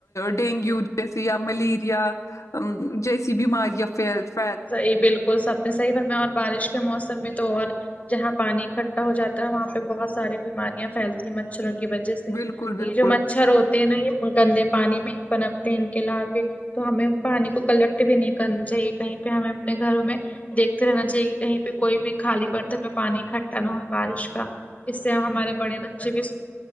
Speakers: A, on the left (about 85°); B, on the left (about 30°).
A: ڈینگیو جیسے یا ملیریا جیسی بیماریاں پھیلس
B: صحیح بالکل سب نے صحیح پر میں اور بارش کے موسم میں تو اور جہاں پانی اکٹھا ہواتا ہے وہاں پہ بہت ساری بیماریاں پھیلتی ہیں مچھروں کی وجہ جیسے
A: بالکل بالکل
B: یہ جو مچھر ہوتے ہیں نا یہ گندے پانی میں ہی بنپتے ہیں ان کے لالوے تو ہمیں پانی کو کلیکٹ بھی نہیں کرنا چاہیے کہیں پہ ہمیں اپنے گھر میں دیکھتے رہنا چاہیے کہ کہیں پہ کوئی بھی خالی برتن میں پانی اکٹھا نہ ہو بارش کا اس سے ہمارے بڑے بچے بھی